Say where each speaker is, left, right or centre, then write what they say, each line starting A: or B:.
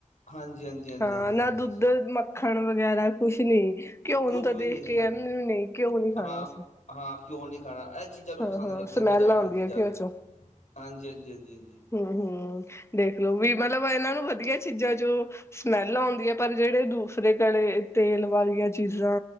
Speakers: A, on the left; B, on the left.
A: ਹਾਂਜੀ ਹਾਂਜੀ ਹਾਂਜੀ
B: ਹਾਂ
A: ਹਾਂਜੀ
B: ਨਾ
A: ਹਾਂਜੀ
B: ਦੁੱਧ ਮਤ ਮੱਖਣ ਵਗੈਰਾ ਕੁਛ ਨੀ, ਘਿਓ
A: ਕੁਛ
B: ਨੂੰ ਤਾਂ
A: ਵੀ
B: ਦੇਖ
A: ਨਹੀਂ
B: ਕੇ
A: ਹਾਂ
B: ਕਹਿੰਦੇ ਵੀ ਨਈ, ਘਿਓ ਨੀ ਖਾਣਾ
A: ਹਾਂ
B: ਅਸੀਂ।
A: ਹਾਂ, ਘਿਉ ਨੀ ਖਾਣਾ, ਇਹ ਚੀਜ਼ਾਂ ਨੂੰ
B: ਹਾਂ-ਹਾਂ
A: ਪਸੰਦ ਕਰਦੇ
B: ਸਮੈਲ
A: ਆ ਬਾਜ਼ਾਰ
B: ਆਉਂਦੀ
A: ਦੀਆਂ ਚੀਜ਼ਾਂ,
B: ਹੈ ਘਿਓ ਚੋਂ
A: ਹਾਂਜੀ-ਹਾਂਜੀ-ਹਾਂਜੀ-ਹਾਂਜੀ।
B: ਹੂੰ-ਹੂੰ, ਦੇਖਲੋ ਵੀ ਮਤਲਬ ਇਹਨਾਂ ਨੂੰ ਵਧੀਆ ਚੀਜ਼ਾਂ ਚੋ ਸਮੈਲ ਆਉਂਦੀ ਐ, ਪਰ ਜਿਹੜੇ ਦੂਸਰੇ ਗਲੇ ਤੇਲ ਵਾਲੀਆਂ ਚੀਜ਼ਾਂ